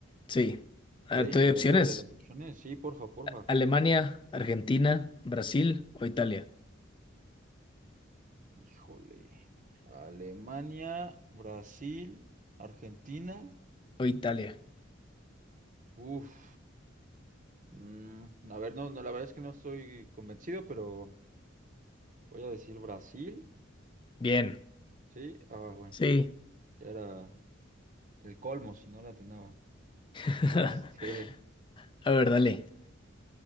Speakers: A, on the left; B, on the right.
A: Sí. A
B: Ok,
A: ver, te doy
B: a ver,
A: opciones.
B: dale las opciones. Sí, porfa, porfa.
A: Alemania, Argentina, Brasil o Italia.
B: Híjole. Alemania, Brasil, Argentina.
A: O Italia.
B: Uf. mm, a ver, no, no, la verdad es que no estoy convencido, pero voy a decir Brasil.
A: Bien.
B: Sí, ah, bueno,
A: Sí.
B: ya era el colmo si no la atinaba.
A: <laughs>
B: Este,
A: A ver, dale.